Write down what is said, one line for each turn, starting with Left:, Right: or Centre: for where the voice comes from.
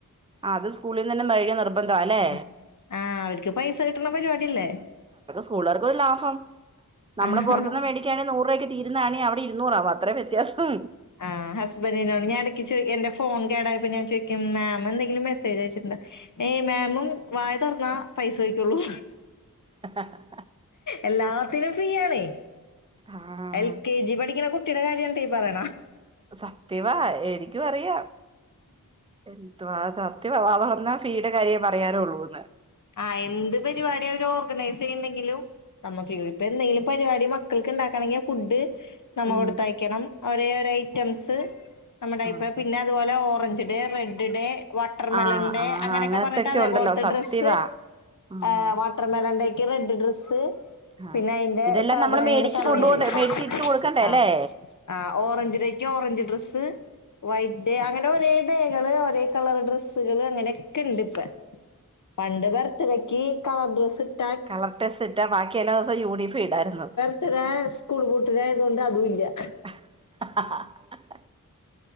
Right: അത് സ്കൂളിന്നന്നെ മേയ്ക്യ നിർബണ്ഡ ല്ലേ.
Left: ആഹ് ആഹ് അവര്ക്ക് പൈസ കിട്ട്ണ പരിപാടില്ലേ.
Right: സ്കൂളേര്ക്കൊരു ലാഹം നമ്മള്
Left: ആഹ്
Right: പൊർത്ത്ന്ന് മേടി. ക്ക്യാനെ നൂറുര്വക്ക് തീരുന്നാണി അവിടെ ഇരുന്നൂറാവും അത്രേ വ്യത്യാസം.
Left: ആഹ് ഹസ്ബന്റിനോട് ഞാൻട്ക്ക് ചോയ്ക്ക എന്റെ ഫോൺ കേടായപ്പോ ഞാൻ ചോയ്. ക്ക് മേമെന്തെങ്കിലും മെസ്സേജ് അയച്ചിട്ടുണ്ട് ഏയ് മാമും വായ തൊർന്നാ പൈസോയ്ക്കുള്ളൂ.
Right: ആ ഹ ഹ.
Left: എല്ലാത്തിനും ഫ്രീയാണേ.
Right: ആ
Left: എൽ കെ ജി പഠിക്ക്ണ കുട്ടിയുടെ കാര്യാണ്ട്ട ഈ പറയണെ.
Right: സത്യവാ എനിക്കും അറിയ എന്തുവാ സത്യവാ വാതൊറന്നാ. ഫ്രീയിടെ കാര്യേ പറയാറുള്ളൂന്ന്.
Left: ആഹ് എന്ത് പരിപാടി അവര് ഓർഗനൈസെയ്യ്ണ്ടെങ്കിലും. നമ്മഫ് ഇപ്പൊന്തെങ്കിലും പര് വാടി മക്കൾക്ക്ണ്ടാക്കാണെങ്കി ഫുഡ്. നമ്മ
Right: ഉം
Left: കൊടുത്തയ്ക്കണം ഒരേരൈറ്റംസ്. നമ്മുടെ
Right: ആഹ്
Left: ഇപ്പ പിന്നെ അതുപോലെ orange day red day. Water മെലൻഡെ
Right: ആഹ് ആഹ്
Left: അങ്ങനൊക്കെ
Right: അങ്ങനത്തൊക്കെ
Left: പറഞ്ഞിട്ട് അതേപോൽത്തെ
Right: ഉണ്ടല്ലോ സത്യവാ
Left: ഡ്രസ്സ്.
Right: ആഹ്
Left: ഏഹ് വാട്ടർമെലൻ ഡേക്ക് റെഡ് ഡ്രസ്സ്.
Right: ആഹ്
Left: പിന്നെ അയ്ന്റെ
Right: ഇതെല്ലാം
Left: സാധനങ്ങള്
Right: നമ്മള് മേടിച്ച്
Left: സാമഗ്രികള്
Right: കൊണ്ടുപോണ്ടേ മേടിച്ച് ഇട്ട് കൊടുക്കണ്ടേ അല്ലേ
Left: ആഹ്. ആ ഓറഞ്ച് ഡേക്ക് ഓറഞ്ച് ഡ്രസ്സ്. വൈറ്റ്ഡേ അങ്ങനെ ഓരേ ഡേകള് ഒരേ കളർ ഡ്രസ്സുകള് അങ്ങനൊക്കെണ്ട് ഇപ്പെ. പണ്ട് ബർത്ത്ഡേക്ക് കളർ ഡ്രെസ്സ് ഇട്ട്
Right: കളർ ഡ്രെസ്സ്ട്ടാ ബാക്കി എല്ലാസവും യൂണിഫേ ഇടായിരുന്നു.
Left: ത്ത്‌ഡേ സ്കൂൾ പൂട്ടിലായതുകൊണ്ട് അതൂല്ലാ.
Right: ഹ ഹ ഹ.